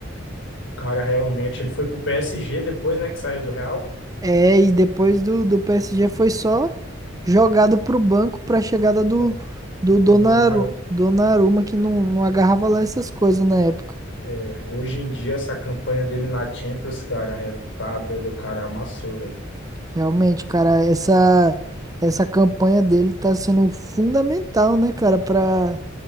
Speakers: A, on the left; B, on the right.
A: O cara realmente, ele foi pro PSG depois, né, que saiu do Real,
B: É, e depois do, do PSG foi só jogado pro banco pra chegada do,
A: do
B: do
A: do
B: Donaru...
A: Donnarumma.
B: Donnarumma, que não, não agarrava lá essas coisas na época.
A: É, hoje em dia, essa campanha dele na Champions, cara, é, tá doido, o cara amassou, velho.
B: Realmente, cara, essa, essa campanha dele tá sendo fundamental, né, cara, pra